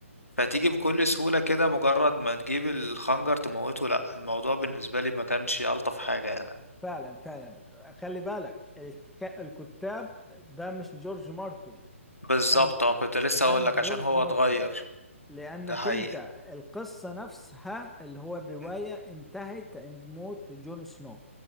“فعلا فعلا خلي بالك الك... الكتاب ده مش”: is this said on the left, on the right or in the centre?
Centre